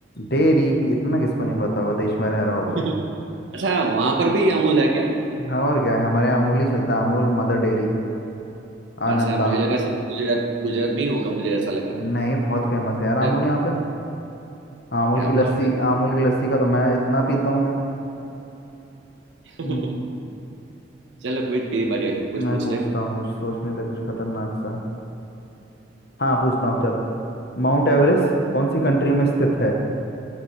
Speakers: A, on the left; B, on the right.
A: डेयरी इतना किसको नहीं पता होगा देश में रह रहा हो
B: <laughs>
A: तो
B: अच्छा वहां पर भी अमूल है क्या
A: हाँ और क्या है हमारे यहाँ अमूल ही चलता है Amul Mother Dairy Ananda
B: अच्छा मुझे लगा सिर्फ गुजरात गुजरात में ही होगा मुझे ऐसा लगा
A: नहीं बहुत फेमस है यार अमूल
B: चल
A: यहाँ पे अमूल
B: क्या
A: की लस्सी
B: बात है
A: अमूल की लस्सी का तो मैं इतना पीता हूँ मैं
B: <laughs>
A: हम्म,
B: चल अभी तेरी बारी है कुछ
A: मैं
B: पूछ
A: पूछता
B: ले
A: हूँ कुछ सोचने दे कुछ खतरनाक सा हाँ पूछता हूँ चल माउंट एवरेस्ट कौन सी कंट्री में स्थित है